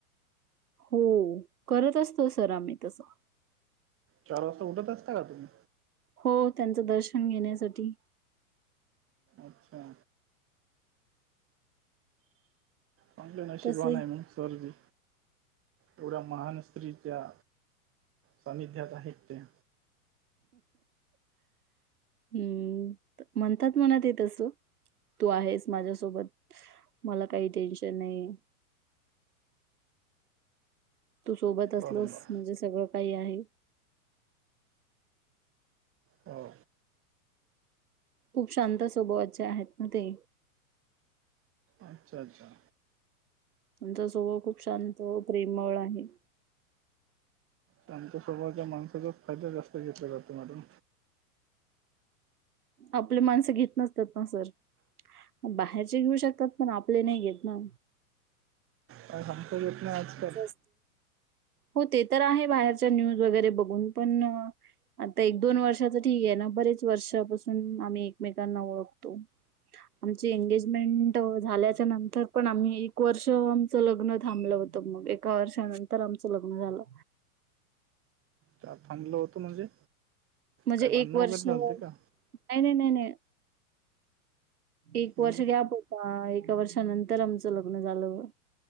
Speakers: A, on the right; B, on the right.
A: हो, करत असतो सर आम्ही तसं.
B: चार वाजता उठत असता का तुम्ही.
A: हो त्याचं दर्शन घेण्यासाठी.
B: अच्छा. म्हणलं नशीब
A: तसे
B: वान आहे, मग सर बी, एवढ्या महान स्त्रीच्या सान्निध्यात आहेत त्या.
A: हम्म, म्हणतात म्हनात तस. तू आहेस माझ्यासोबत, मला काही टेन्शन नाही. तू सोबत असलस,
B: बरोबर
A: म्हणजे सगळं काही आहे.
B: हो.
A: खूप शांत स्वभावा चे आहेत ना ते.
B: अच्छा-अच्छा
A: आमचा स्वभाव खूप शांत, प्रेमळ आहे.
B: शांत स्वभावाच्या माणसाचाच फायदा जास्त घेतला जातो, मॅडम.
A: आपले माणसं घेत नसतात ना सर, बाहेरचे घेऊ शकतात पण आपले नाही घेत ना.
B: काय सांगता येत नाही, आजकाल.
A: असं हो ते तर आहे, बाहेरच्या न्यूज वगैरे बघून पण आता एक, दोन वर्षाच ठीक आहे ना, बरेच वर्षापासून आम्ही एकमेकांना ओळखतो. आमची एंगेजमेंट झाल्याच्या नंतर पण आम्ही एक वर्ष आमचं लग्न थांबलं होत. तर मग एका वर्षानंतर आमचं लग्न झालं.
B: का थांबलं होतं म्हणजे.
A: म्हणजे
B: काय भांडणं
A: एक वर्ष.
B: वगैरे झालते
A: नाही-नाही-नाही-नाही
B: का
A: एक
B: हं.
A: वर्ष गॅप. हा, एका वर्षानंतर आमचं लग्न झालं.